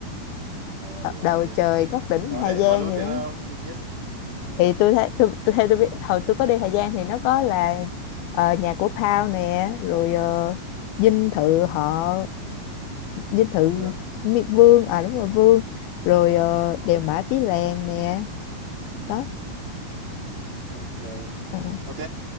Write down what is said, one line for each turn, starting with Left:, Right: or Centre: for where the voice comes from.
Right: à,
Left: Ờ,
Right: đúng rồi
Left: Đầu trời
Right: yes.
Left: ngất đỉnh
Right: có
Left: Hà
Right: thể
Left: Giang
Right: bón lút
Left: vậy
Right: thì
Left: đó.
Right: nó biết đi. Ờ,
Left: Thì tôi thấy tôi, tôi theo tôi biết
Right: bạn
Left: hồi tôi có đi Hà Giang thì nó có là ờ, nhà của Pao nè, rồi ờ, dinh
Right: à,
Left: thự họ dinh thự
Right: Vương
Left: Mi- Vương à đúng rồi Vương, rồi ờ,
Right: đúng họ
Left: đèo
Right: Vương
Left: Mã Pí Lèng nè, đó.
Right: ok
Left: À.
Right: ok